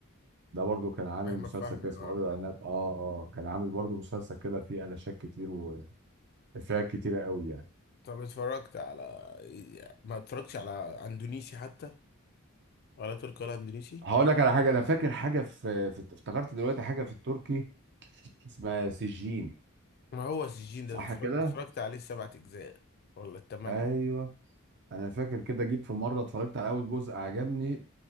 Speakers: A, on the right; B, on the left.
A: ده برضو كان عامل
B: احمد
A: مسلسل
B: فهمي
A: كده اسمه
B: اه
A: رجل العناب اه اه كان عامل برضو مسلسل كده فيه علاشات كتير وافيهات كتيره قوي يعني
B: طب اتفرجت على إيه؟ ما اتفرجتش على اندونيسي حتى ولا تركي ولا اندونيسي
A: هقول لك على حاجه انا فاكر حاجه في, في افتكرت دلوقتي حاجه في التركي اسمها سجين
B: ما هو السجين ده
A: صح
B: اتفرجت
A: كده
B: اتفرجت عليه سبعة أجزاء ولا التمانية
A: ايوه انا فاكر كده جيت في مره اتفرجت على اول جزء عجبني